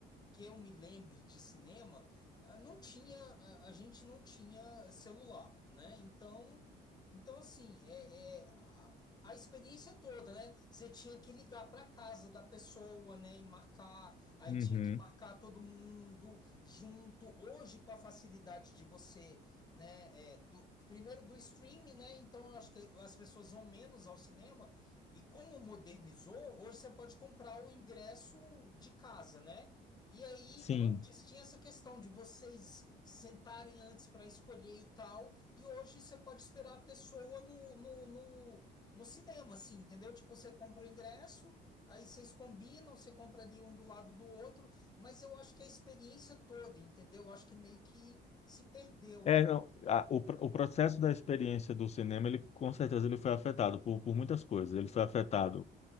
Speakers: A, on the left (about 25°); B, on the left (about 40°).
A: que eu me lembre de cinema, ah, não tinha, a a gente não tinha celular, né? Então, então assim, é, é, a, a experiência toda, né? Você tinha que ligar para casa da pessoa, né? E marcar, aí
B: Uhum.
A: tinha que marcar todo mundo junto. Hoje, com a facilidade de você, né? é, do- primeiro do streaming, né? Então, eu acho que as pessoas vão menos ao cinema. E como modernizou, hoje você pode comprar o ingresso de casa, né? E aí,
B: Sim.
A: antes tinha essa questão de vocês sentarem antes para escolher e tal, e hoje você pode esperar a pessoa no, no, no, no cinema, assim, entendeu? Tipo, você compra o ingresso, aí vocês combinam, você compra ali um do lado do outro, mas eu acho que a experiência toda, entendeu? Eu acho que meio que se perdeu.
B: É, não, a- o, pr- o processo da experiência do cinema, ele com certeza ele foi afetado por, por muitas coisas. Ele foi afetado